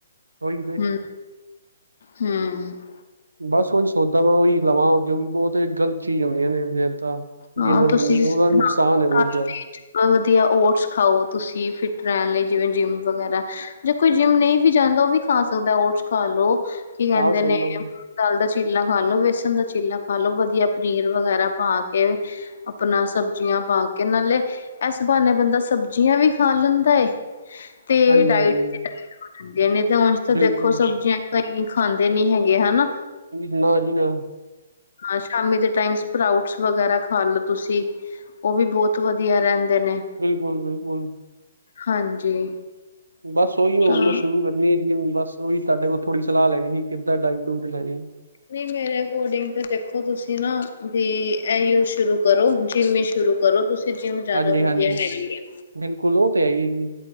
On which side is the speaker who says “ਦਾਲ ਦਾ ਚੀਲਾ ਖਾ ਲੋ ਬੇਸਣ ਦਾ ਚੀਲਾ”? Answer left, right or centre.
Left